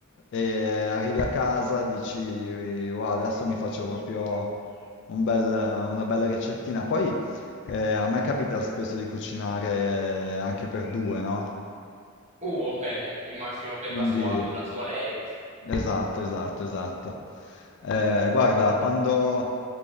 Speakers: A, on the left; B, on the right.
A: e arrivi a casa, dici, wow, adesso mi faccio proprio un bel- una bella ricettina. Poi eh, a me capita spesso di cucinare anche per due, no?
B: uh, ok, immagino per
A: Quindi,
B: la sua, per la sua lei.
A: esatto, esatto, esatto. Eh, guarda, quando,